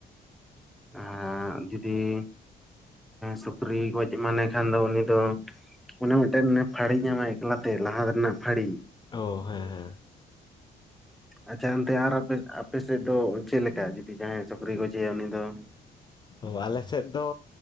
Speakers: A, in the centre; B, on the left.
A: ᱦᱮᱸ ᱡᱩᱫᱤ ᱥ ᱥᱩᱠᱨᱤ ᱜᱚᱡ ᱮᱢᱟᱱᱮ ᱠᱷᱟᱱ ᱫᱚ ᱩᱱᱤ ᱫᱚ ᱚᱱᱮ ᱢᱤᱫᱴᱮᱱ ᱯᱷᱟᱹᱲᱤ ᱧᱟᱢᱟᱭ ᱮᱠᱞᱟᱛᱮ ᱞᱟᱦᱟ ᱨᱮᱱᱟᱜ ᱯᱷᱟᱹᱲᱤ
B: ᱚ ᱦᱮᱸ ᱦᱮᱸ
A: ᱟᱪᱪᱷᱟ ᱚᱱᱛᱮ ᱟᱨ ᱟᱯ ᱟᱯᱮ ᱥᱮᱫ ᱫᱚ ᱪᱮᱫ ᱞᱮᱠᱟ ᱡᱩᱫᱤ ᱡᱟᱦᱟᱸᱭ ᱥᱩᱠᱨᱤ ᱠᱚ ᱪᱮᱭᱟ ᱩᱱᱤ ᱫᱚ
B: ᱚ ᱟᱞᱮ ᱥᱮᱫ ᱫᱚ